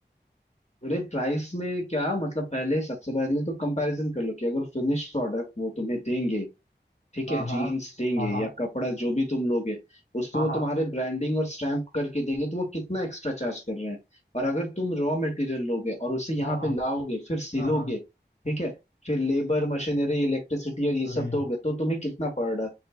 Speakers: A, on the left; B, on the left.
A: अरे प्राइस में क्या मतलब पहले सबसे पहले तो कंपैरिजन कर लो कि अगर फिनिश प्रोडक्ट वो तुम्हें देंगे ठीक
B: हाँ
A: है
B: हाँ
A: जीन्स देंगे
B: हाँ हाँ
A: या कपड़ा जो भी तुम लोगे उस
B: हाँ
A: पे वो
B: हाँ
A: तुम्हारे ब्रांडिंग और स्टैम्प करके देंगे तो वो कितना एक्स्ट्रा चार्ज कर रहे हैं और अगर तुम रॉ मटेरियल लोगे और उसे यहाँ
B: हाँ हाँ
A: पे लाओगे फिर सिलोगे
B: हाँ हाँ
A: ठीक है फिर लेबर मशीनरी इलेक्ट्रिसिटी और ये
B: अरे
A: सब दोगे तो तुम्हें कितना पड़ रहा है